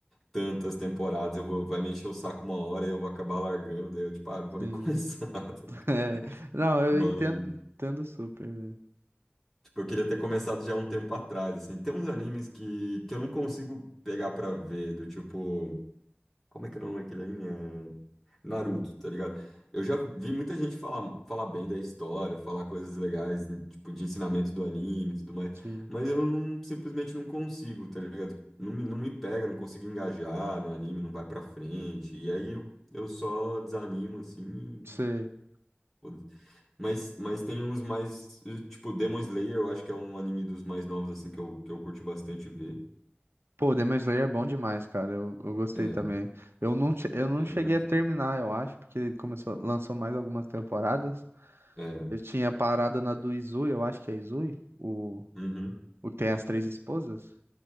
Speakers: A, in the centre; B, on the right.
A: tantas temporadas. Eu vou, vai me encher o saco uma hora e eu vou acabar largando. Daí eu, tipo, ah, não vou
B: Sim.
A: nem <laughs> começar. tá ligado?
B: <laughs> É. Não, eu
A: Mas,
B: entendo, entendo super, velho.
A: tipo, eu queria ter começado já há um tempo atrás, assim. Tem uns animes que, que eu não consigo pegar pra ver, do tipo. Como é que é o nome daquele anime? É Naruto, tá ligado? Eu já vi muita gente falar, falar bem da história, falar coisas legais, tipo, de ensinamento do anime e tudo mais,
B: Sim.
A: mas eu não- simplesmente não consigo, tá ligado? Não me, não me pega, não consigo engajar no anime, não vai pra frente, e aí eu, eu só desanimo, assim,
B: Você...
A: e foda-se. mas, mas tem uns mais, tipo, Demon Slayer, eu acho que é um anime dos mais novos, assim, que eu, que eu curti bastante ver,
B: Pô, Demon Slayer é bom demais, cara. Eu, eu gostei
A: é, é
B: também. Eu não, che- eu
A: bem
B: não cheguei
A: legalzinho.
B: a terminar, eu acho, porque ele começou, lançou mais algumas temporadas.
A: É,
B: Eu tinha parado na do Izui, eu acho que é Izui, o,
A: uhum,
B: o que tem as três esposas.